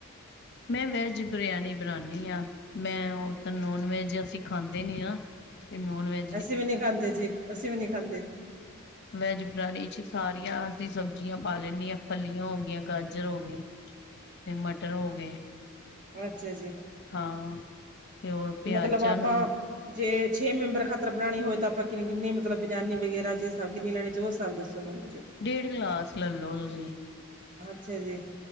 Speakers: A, on the left; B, on the right.
A: ਮੈਂ ਵੈਜ ਬਰਿਆਨੀ ਬਣਾਉਂਣੀ ਆ ਮੈਂ ਉਹ ਤਾਂ ਨੋਨ ਵੈਜ ਅਸੀਂ ਖਾਂਦੇ ਨੀ ਆ ਤੇ ਨੋਨ ਵੈ
B: ਅਸੀਂ ਵੀ ਨੀ ਖਾਂਦੇ ਜੀ ਅਸੀਂ ਵੀ ਨੀ ਖਾਂਦੇ
A: ਵੈਜ ਬਰਿਆਨੀ ਚ ਸਾਰੀਆਂ ਅਸੀਂ ਸਬਜ਼ੀਆਂ ਪਾ ਲੈਂਦੇ ਹਾਂ ਫਲੀਆਂ ਹੋ ਗਈਆਂ, ਗਾਜਰ ਹੋ ਗਈ ਤੇ ਮਟਰ ਹੋ ਗਏ
B: ਅੱਛਾ ਜੀ
A: ਹਾਂ ਤੇ ਹੋਰ ਪਿਆਜਾਂ
B: ਮਤਲਬ ਆਪਾਂ
A: ਨੂੰ
B: ਜੇ ਛੇ ਮੈਂਬਰ ਖ ਤਰ ਬਣਾਉਣੀ ਹੋਏ ਤਾਂ ਆਪਾਂ ਕਿੰਨੀ-ਕਿੰਨੀ ਮਤਲਬ ਬਰਿਆਨੀ ਵੇਗੈਰਾ ਜੇ ਸਭ ਕਿੰਨੀ ਲੈਣੀ ਓਚ ਸਭ ਦੱਸੋ ਮੈਨੂੰ ਜੇ
A: ਡੇਢ ਗਲਾਸ ਲੱਲੋ ਤੁਸੀਂ।
B: ਅੱਛਾ ਜੀ।